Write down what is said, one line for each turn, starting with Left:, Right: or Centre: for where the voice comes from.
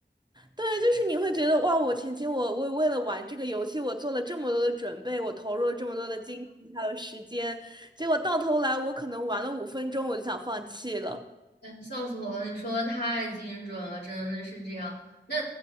Right: 对，就是你会觉得哇，我前期我为为了玩这个游戏，我做了这么多的准备，我投入了这么多的精力还有时间，结果到头来我可能玩了五分钟我就想放弃了。
Left: 笑死我了！你说的太精准了，真的是这样。那